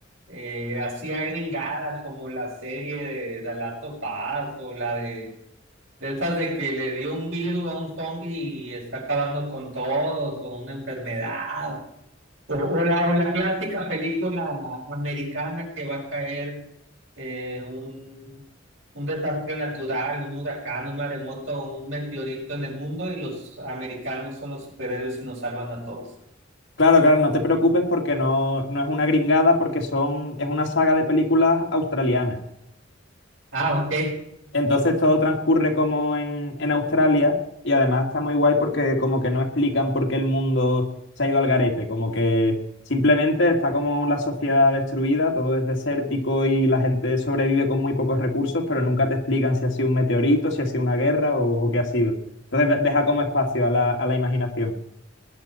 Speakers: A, on the right; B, on the left.
A: eh, así agringada, como la serie de, de Last of Us, o la de, de esas de que le dio un virus a un zombie y está acabando con todos, o una enfermedad, o, o la, o la clásica película americana que va a caer eh, un, un desastre natural, un huracán, un maremoto, un meteorito en el mundo y los americanos son los superhéroes y nos salvan a todos.
B: Claro, claro, no te preocupes porque no, no es una gringada, porque son, es una saga de películas australianas.
A: Ah, ok.
B: Entonces todo transcurre como en, en Australia y además está muy guay porque como que no explican por qué el mundo se ha ido al garete, como que simplemente está como la sociedad destruida, todo es desértico y la gente sobrevive con muy pocos recursos, pero nunca te explican si ha sido un meteorito, si ha sido una guerra o, o qué ha sido. Entonces de- deja como espacio a la, a la imaginación.